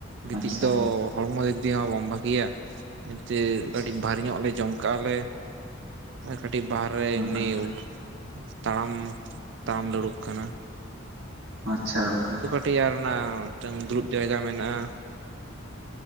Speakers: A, on the right; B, on the right.
A: ᱜᱤᱛᱤᱡ
B: ᱟᱪᱪᱷᱟ
A: ᱫᱚ ᱦᱚᱲᱢᱚ ᱫᱤᱠ ᱫᱤᱭᱮ ᱦᱚᱸ ᱵᱟᱢ ᱵᱷᱟᱹᱜᱮᱭᱟ ᱮᱱᱛᱮ
B: ᱟᱪᱪᱷᱟ
A: ᱠᱟᱹᱴᱤᱡ ᱵᱷᱟᱨᱤ ᱧᱚᱜ ᱞᱮ ᱡᱚᱢᱼᱼ ᱠᱟᱜᱞᱮ ᱠᱟᱹᱴᱤᱡ ᱵᱟᱦᱨᱮ ᱢᱤᱭᱩᱴ
B: ᱜᱚᱝᱠᱮ
A: ᱛᱟᱲᱟᱢᱼᱼ ᱛᱟᱲᱟᱢ ᱞᱮ ᱩᱲᱩᱵ ᱠᱟᱱᱟ
B: ᱟᱪᱪᱷᱟ ᱜᱚᱝᱠᱮ
A: ᱴᱮᱭᱟᱨ ᱨᱮᱱᱟᱜ ᱢᱤᱜᱴᱟᱹᱝ ᱫᱩᱲᱩᱵ ᱡᱟᱭᱜᱟ ᱢᱮᱱᱟᱜ-ᱟ᱾